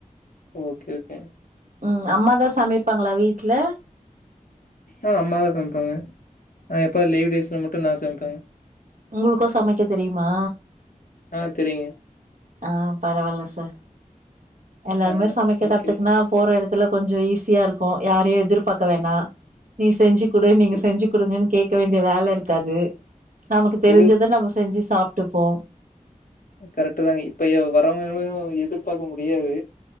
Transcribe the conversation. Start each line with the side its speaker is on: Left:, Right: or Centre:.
Left: ஓகே ஓகே
Right: ம் அம்மாதா சமைப்பாங்களா வீட்டல
Left: ஆ அம்மாதா சமப்பாங்க ஆ எப்போதாது லீவ் டேஸ்ல மட்டு நா சமப்பெ
Right: உங்களுக்கு சமைக்க தெரியுமா
Left: அ தெரியுங்க
Right: அ பரவால சார் எல்லாருமே
Left: ஆ
Right: சமைக்க
Left: ஓகே
Right: கத்துக்குனா
Left: ஓகே.
Right: போற எடத்து இதல்லா கொஞ்ச ஈஸியா இருக்கு யாரையு எதிர்பாக்க வேணா நீ செஞ்சு கொடு நீங்க
Left: எ
Right: செஞ்சு கொடுங்கன்னு கே இருக்க வேண்டிய வேல இருக்காது நமக்கு தெரிஞ்சத
Left: எதிர்
Right: நம்ம செஞ்சு சாப்ட்டுப்போ
Left: கரெட் தாங்க இப்பயு வரவங்களு எதிர்பாக்க முடியாது